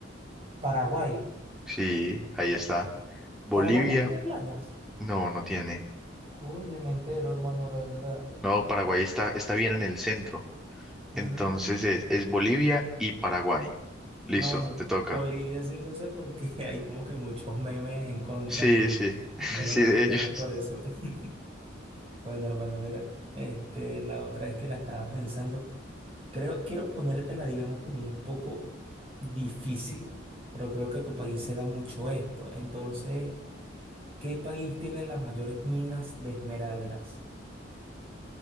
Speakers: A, on the right; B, in the centre.
A: Paraguay.
B: Sí, ahí está. Bolivia,
A: Paraguay no tiene playas.
B: no, no tiene.
A: Oye, me entero, hermano, la verdad.
B: No, Paraguay está, está bien en el centro.
A: Ah,
B: Entonces es, es Bolivia y Paraguay. Listo,
A: no, bueno,
B: te toca.
A: Bolivia sí lo sé porque <laughs> hay como que muchos memes en contra
B: Sí,
A: de,
B: sí, <laughs>
A: de los
B: sí,
A: bolivianos
B: de ellos.
A: por eso. <laughs> Bueno, hermano, mira, este, la otra es que la estaba pensando. Creo, quiero ponértela, digamos, como un poco difícil, pero creo que tu país se da mucho esto. Entonces, ¿qué país tiene las mayores minas de esmeraldas?